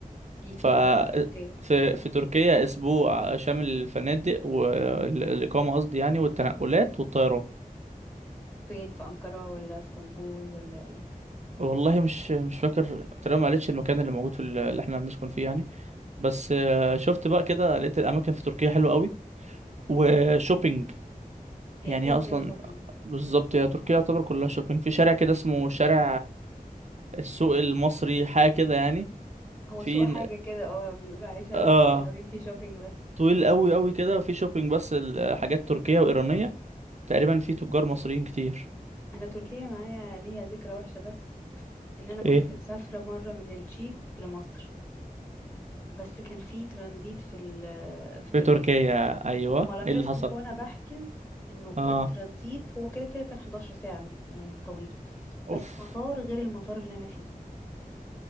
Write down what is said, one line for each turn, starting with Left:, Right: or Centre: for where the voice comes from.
Left: دي
Right: ف
Left: فين بقى في تركيا
Right: في في تركيا أسبوع شامل الفنادق والإقامة قصدي يعني والتنقلات والطيران
Left: فين في أنقرة ولا اسطنبول ولا ايه
Right: والله مش مش فاكر تقريبا ما قالتش المكان اللي موجود في ال- اللي احنا هنسكن فيه يعني بس آه، شفت بقى كده لقيت الأماكن في تركيا حلوة قوي وشوبينج
Left: هي
Right: يعني
Left: كده
Right: هي أصلا
Left: كده شوبينج
Right: بالظبط هي تركيا يعتبر كلها شوبينج في شارع كده اسمه شارع السوق المصري حاجه كده يعني
Left: هو
Right: في
Left: سوق حاجة كده اه بيقولوا عليه شارع
Right: اه
Left: طويل قوي فيه شوبينج بس
Right: طويل قوي قوي كده في شوبينج بس الحاجات تركيه وايرانيه تقريبا في تجار مصريين كتير
Left: انا تركيا معايا ليها ذكرى وحشة بس ان انا كنت
Right: ايه
Left: مسافرة مرة من التشيك لمصر بس كان في ترانزيت في ال- في
Right: في
Left: تركيا
Right: تركيا ايوه
Left: وما لاحظتش
Right: ايه اللي حصل
Left: وانا بحجز انه
Right: اه
Left: الترانزيت هو كده كده كان 11 ساعة يعني طويل بس
Right: اوف
Left: مطار غير المطار اللي انا فيه